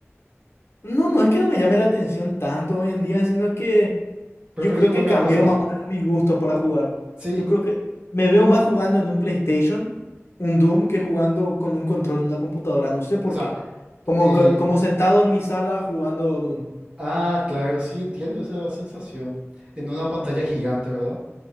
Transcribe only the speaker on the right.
¿Preferís
jugar
otras
cosas?
Sí.
O sea,
eh,
Ah, claro, sí, entiendo esa sensación. En una pantalla gigante, ¿verdad?